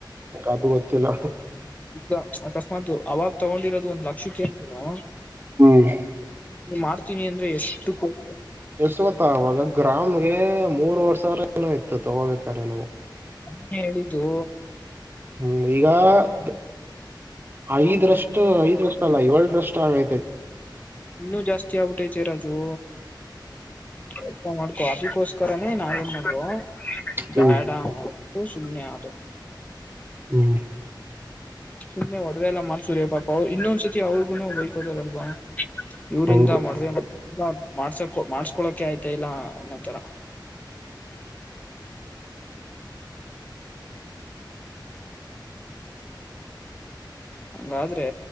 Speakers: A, on the right; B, on the left.
A: ಅದು ಗೊತ್ತಿಲ್ಲ
B: ಈಗ ಅಕಸ್ಮಾತ್ ಅವಾಗ ತಗೊಂಡಿರೋದು ಒಂದ್ ಲಕ್ಷಕ್ಕೇ ಅನ್ನೂ
A: ಹ್ಮ್
B: ನೀ ಮಾಡ್ತೀನಿ ಅಂದ್ರೆ ಎಷ್ಟು ಕೊಡ್
A: ಯಸ್ವತ್ತ ಅವಾಗ ಗ್ರಾಮ್ಗೆ ಮೂರ್ವರ ಸಾವರ ಏನೋ ಇತ್ತು ತಗೋಬೇಕಾರೆ ನಾವು.
B: ನೆ ಹೇಳಿದ್ದು.
A: ಹ್ಮ್ ಈಗ ದ ಐದರಷ್ಟು ಐದರಷ್ಟ ಅಲ್ಲ ಏಳರಷ್ಟು ಆಗೈ
B: ಇನ್ನೂ ಜಾಸ್ತಿ ಆಬುಟೈತೆ ರಾಜು. ಎ ಮಾಡಕೋ ಅದಕ್ಕೋಸ್ಕರನೇ ನಾವೇನ್ ಮಾಡದೋ
A: ಹ್ಮ್
B: ಬ್ಯಾಡ ಟೂ ಸುಮ್ಮನೆ ಆದೆ.
A: ಹ್ಮ್
B: ಸುಮ್ಮ್ನೆ ಒಡವೆಲ್ಲ ಮಾಡ್ಸುರೆ ಪಾಪ ಅವ ಇನ್ನೊಂದ್ಸತಿ ಅವ್ರಿಗುನು ಬೈಕೋತಾರಬ್ಬಾ. ಇವ್ರಿಂದ
A: ಹೌದು
B: ಮಾಡ ಮಾಡ್ಸಕು ಮಾಡ್ಸ್ಕೊಳಕೆ ಆಯ್ತಾ ಇಲ್ಲ ಅನ್ನೋ ತರ. ಹಂಗಾದ್ರೆ